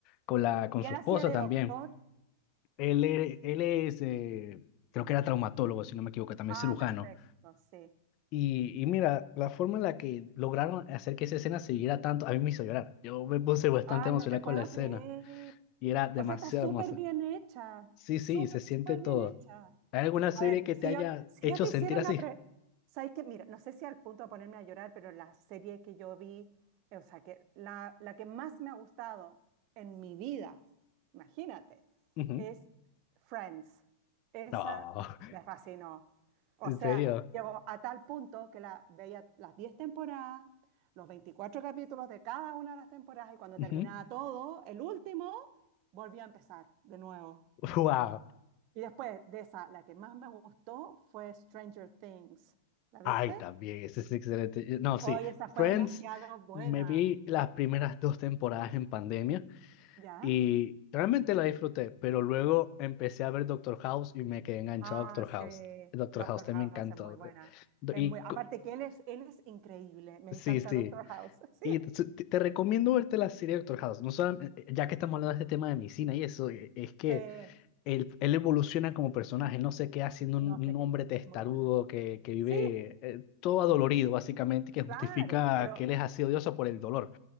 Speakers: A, on the left (about 45°); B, on the right (about 45°).
A: con, la, con
B: Y
A: su
B: él
A: esposa
B: hacía de
A: también.
B: doctor.
A: Él, e- él es, eh, creo que era traumatólogo, si no me equivoco, también
B: Ah,
A: cirujano.
B: perfecto, sí.
A: Y, y mira, la forma en la que lograron hacer que esa escena se siguiera tanto, a mí me hizo llorar. Yo me puse bastante
B: Ay,
A: emocional
B: no te puedo
A: con la escena
B: creer.
A: y era demasiado
B: O sea, está súper
A: hermosa.
B: bien hecha,
A: Sí,
B: súper,
A: sí, se siente
B: súper
A: todo.
B: bien hecha.
A: ¿Hay alguna serie
B: A ver,
A: que
B: si
A: te haya
B: yo, si
A: hecho
B: yo te
A: sentir
B: hiciera una
A: así?
B: pre... ¿Sabes qué? Mira, no sé si al punto de ponerme a llorar, pero la serie que yo vi, eh, o sea, que la, la que más me ha gustado en mi vida, imagínate,
A: Ujú.
B: es Friends. Esa
A: No,
B: me fascinó. O
A: <laughs> en
B: sea,
A: serio.
B: llegó a tal punto que la veía las 10 temporadas, los 24 capítulos de cada una de las temporadas y cuando
A: Ujú.
B: terminaba todo, el último, volvía a empezar de nuevo.
A: Wow.
B: Y después de esa, la que más me gustó fue Stranger Things. ¿La
A: Ay,
B: viste?
A: también, ese es excelente. Eh, No,
B: Hoy
A: sí.
B: esa fue
A: Friends,
B: demasiado buena,
A: me vi las primeras dos temporadas en pandemia
B: ¿ya?
A: y realmente la disfruté, pero luego empecé a ver Doctor House y me quedé enganchado
B: Ah,
A: a Doctor House.
B: sí,
A: Doctor
B: Doctor
A: House también
B: House
A: me encantó.
B: es muy buena.
A: Eh, Do-
B: Es
A: Y
B: muy, aparte
A: cu-
B: que él es, él es increíble. Me
A: sí,
B: encanta
A: sí.
B: Doctor House. <laughs> Sí,
A: Y te, te- te recomiendo verte la serie Doctor House, no solam- eh, ya que estamos hablando de este tema de medicina y eso, eh, es que
B: sí,
A: él, él evoluciona como personaje, él no se queda siendo
B: no
A: un,
B: sé
A: un
B: qué,
A: hombre testarudo
B: muy buena.
A: que, que vive
B: Sí,
A: eh, todo adolorido, básicamente, que justifica
B: claro, pero
A: que él es así odioso por el dolor.